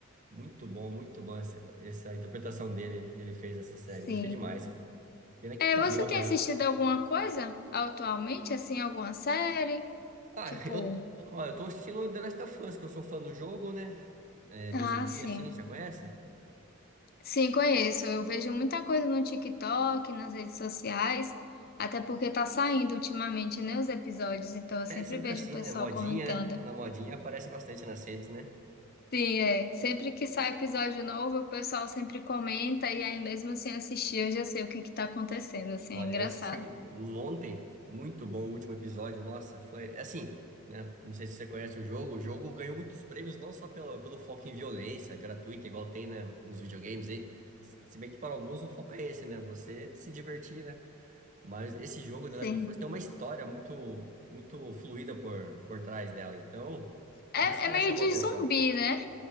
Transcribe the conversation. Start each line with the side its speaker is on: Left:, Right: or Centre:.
Right: muito bom, muito bom essa, essa interpretação dele que ele fez essa série.
Left: Sim.
Right: Gostei demais, cara. Pena que
Left: É,
Right: acabou
Left: você tem
Right: já.
Left: assistido alguma coisa atualmente, assim, alguma série?
Right: Ah,
Left: Tipo.
Right: eu, ó, eu tô assistindo The Last of Us, que eu sou fã do jogo, né? É, de
Left: Ah,
Right: zumbi
Left: sim.
Right: assim, já conhece?
Left: Sim, conheço. Eu vejo muita coisa no TikTok, nas redes sociais, até porque tá saindo ultimamente, né, os episódios, então eu
Right: É
Left: sempre
Right: sempre
Left: vejo
Right: assim,
Left: o pessoal
Right: né? Modinha,
Left: comentando.
Right: né? tá na modinha, aparece bastante nas redes, né?
Left: Sim, é. Sempre que sai episódio novo, o pessoal sempre comenta e aí mesmo sem assistir, eu já sei o que que tá acontecendo, assim,
Right: Olha,
Left: é engraçado.
Right: eu assisti um, um ontem, muito bom o último episódio, nossa, foi assim, né? Não sei se você conhece o jogo, o jogo ganhou muitos prêmios, não só pelo, pelo foco em violência gratuita, igual tem, né, nos videogames aí. Se se bem que para alguns o foco é esse, né? Você se divertir, né? Mas esse jogo,
Left: Sim.
Right: The Last of Us, tem uma história muito, muito fluida por, por trás dela. Então,
Left: É,
Right: por isso que
Left: é
Right: ela
Left: meio
Right: chamou
Left: de
Right: a atenção.
Left: zumbi, né?